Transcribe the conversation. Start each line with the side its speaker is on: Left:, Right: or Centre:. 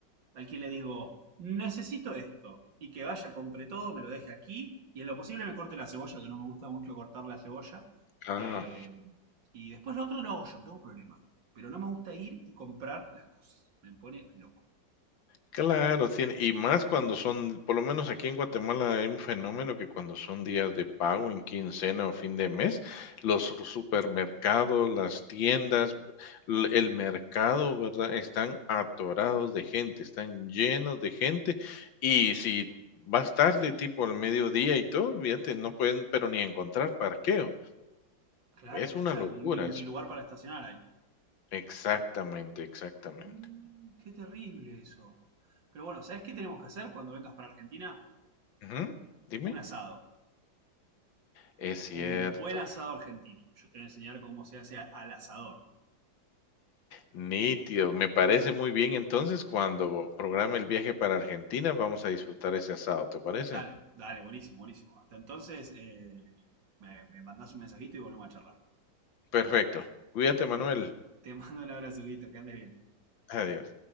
Right: al quien le digo, necesito esto, y que vaya, compre todo, me lo deje aquí, y en lo posible me corte la cebolla, que no me gusta mucho cortar la cebolla.
Left: ah,
Right: Eh, y después lo otro lo hago yo, no tengo problema. Pero no me gusta ir y comprar las cosas. Me pone loco.
Left: claro, tiene y más cuando son, por lo menos aquí en Guatemala hay un fenómeno que cuando son días de pago en quincena o fin de mes, los su- supermercados, las tiendas, l- el mercado, ¿verdad? Están atorados de gente, están llenos de gente y si vas tarde, tipo al mediodía y todo, olvídate, no pueden, pero ni encontrar parqueo.
Right: Claro,
Left: Es una
Right: o sea,
Left: locura,
Right: como ni, ni
Left: es
Right: lugar
Left: una
Right: para estacionar hay
Left: Exactamente, exactamente.
Right: Mm, qué terrible eso. Pero bueno, ¿sabes qué tenemos que hacer cuando vengas para Argentina?
Left: Ujú, Dime.
Right: Un asado.
Left: Es cierto.
Right: Un buen asado argentino. Yo te voy a enseñar cómo se hace a- al asador.
Left: Nítido, me parece muy bien. Entonces, cuando programe el viaje para Argentina, vamos a disfrutar ese asado, ¿te parece?
Right: Dale, dale, buenísimo, buenísimo. Hasta entonces, eh, me, me mandás un mensajito y volvemos a charlar.
Left: Perfecto. Cuídate, Manuel.
Right: Dale. Te mando un abrazo, Guito, que andes bien.
Left: Adiós.